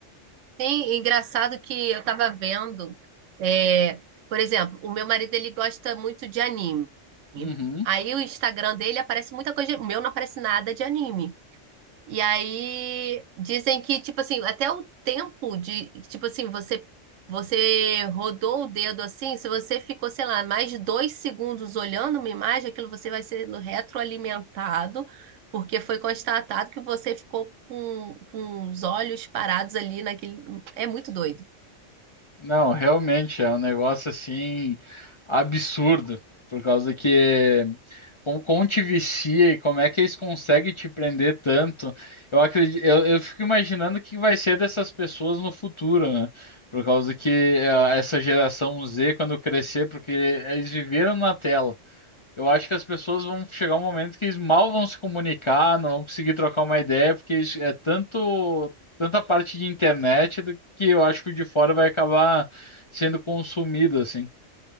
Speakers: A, on the right; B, on the left.
A: Sim, engraçado que eu tava vendo, é, por exemplo, o meu marido ele gosta muito de anime.
B: Uhum.
A: Aí o Instagram dele aparece muita coisa, o meu não aparece nada de anime. E aí dizem que, tipo assim, até o tempo de, tipo assim, você você rodou o dedo assim, se você ficou, sei lá, mais de dois segundos olhando uma imagem, aquilo você vai sendo retroalimentado, porque foi constatado que você ficou com, com os olhos parados ali naquele. É muito doido.
B: Não, realmente é um negócio assim absurdo, por causa que como, como te vicia e como é que eles conseguem te prender tanto? Eu acredito, eu, eu fico imaginando o que vai ser dessas pessoas no futuro, né? Por causa que ah, essa geração Z, quando crescer, porque eles viveram na tela. Eu acho que as pessoas vão chegar um momento que eles mal vão se comunicar, não vão conseguir trocar uma ideia, porque eles- é tanto tanta parte de internet do que eu acho que o de fora vai acabar sendo consumido assim.